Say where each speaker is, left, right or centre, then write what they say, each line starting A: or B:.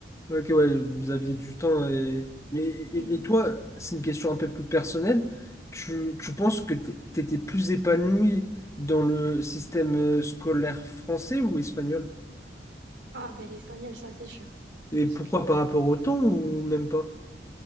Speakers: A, on the left; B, on the right.
A: Ok, ouais, vous aviez du temps. Et, et, et-
B: Mmh.
A: et toi, c'est une question un peu plus personnelle. Tu, tu penses que tu étais plus épanoui dans le système euh, scolaire français ou espagnol?
B: Ah ben l'espagnol, ça c'est sûr.
A: Et
B: Parce
A: pourquoi
B: que
A: par rapport au temps ou même pas?